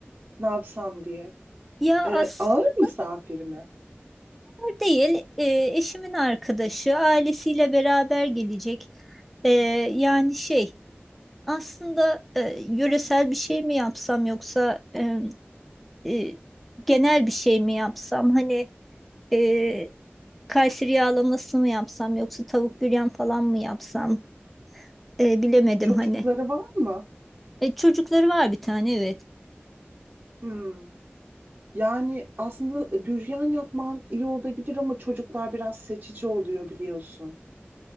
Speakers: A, on the right; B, in the centre.
A: ne yapsam diye.
B: Ya
A: Ee,
B: aslında
A: ağır misafir mi?
B: değil. E, eşimin arkadaşı ailesiyle beraber gelecek. E, yani şey aslında e, yöresel bir şey mi yapsam yoksa e, e, genel bir şey mi yapsam? Hani e, Kayseri yağlaması mı yapsam yoksa tavuk büryan falan mı yapsam E, bilemedim
A: Çocukları
B: hani.
A: var mı?
B: E, çocukları var bir tane evet.
A: Hmm. Yani aslında e, büryan yapman iyi olabilir ama çocuklar biraz seçici oluyor biliyorsun.